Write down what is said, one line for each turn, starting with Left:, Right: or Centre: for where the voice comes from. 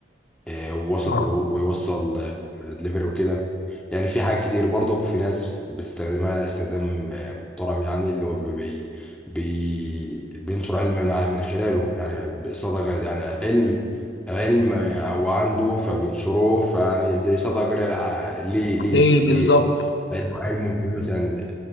Centre: آه، ووصل
Left: اه
Centre: ويوصل آه، دليفري وكده يعني في حاجات كتير برضو في ناس بتستخدمها استخدام آه، محترم يعني اللي هو بي بي بي- بينشر علم من ع- من خلاله يعني صدقة يعني علم علم آه، هو عنده فبينشره فيعني زي صدقة جارية للع- ليه ليه
Left: ليه بالظبط
Centre: ليه لأنه علم مثلا